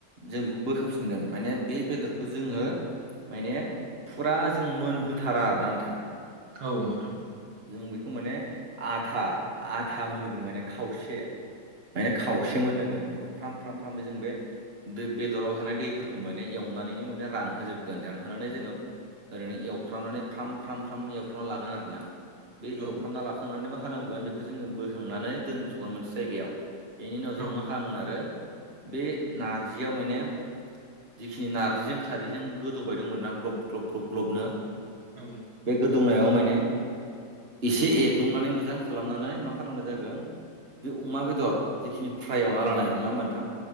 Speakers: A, on the right; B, on the right.
A: जों बेखौ बोखफिनगोन माने बे बेदर खौ जोङो माने फुरा जों मोनहोथारा आरोना नोंथां
B: औ नोंनांगौ
A: जों बेखौ माने आथा आथा मोनोगोन माने खावसे माने खावसे मोन होगोन बेखौ फ्राम फ्राम फ्रामबो जों बे दै बेदराव थानाय दैफोरखौ माने एवनानैनो माने रानहोजोबगोन रानहोनानै जोङो ओरैनो एवफ्रामनानै फ्राम फ्राम फ्राम एवफ्रामना लागोन आर ना बे
B: औ
A: एवफ्रामना लाखांनानै मा खालामगोन बेखौ जोङो बोखांनानै दोनथ'गोन मोनसे जायगायाव बेनि उनाव जोङो
B: औ
A: मा हामोन आरो बे नारजियाव माने जिखिनि नारजिजों खारैजों गोदौबाय दंमोन ना ग्लब ग्लब ग्लब ग्लबनो
B: औ
A: बे गोदौनायाव माने एसे एग्लुंनानै मोजां खालामनानै मा खालामनाय जागोन बे अमा बेदर जिखिनि फ्रायआवना लानाय नङा होमब नोंथां